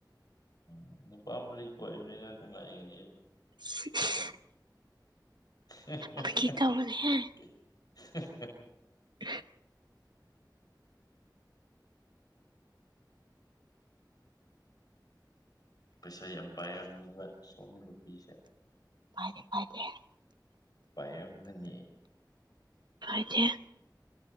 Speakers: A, on the left; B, on the right.
A: ꯎꯝ ꯅꯨꯄꯥ ꯃꯔꯤ ꯀꯣꯛꯏꯕꯅꯤꯅ ꯅꯨꯡꯉꯥꯏꯒꯅꯦꯕ
B: <unintelligible>
A: ꯍ
B: ꯐꯥꯒꯤ ꯇꯧꯕꯅꯦꯍꯦ ꯎꯝ
A: ꯄꯩꯁꯥ ꯌꯥꯝ ꯄꯥꯏꯔꯕ ꯃꯇꯨꯡꯅꯤ ꯁꯣꯝꯒꯤ ꯅꯨꯄꯤꯤꯁꯦ
B: ꯐꯥꯏꯔꯦ ꯐꯥꯏꯔꯦ
A: ꯄꯥꯏꯔꯝꯒꯅꯤ
B: ꯍꯥꯏꯗꯤ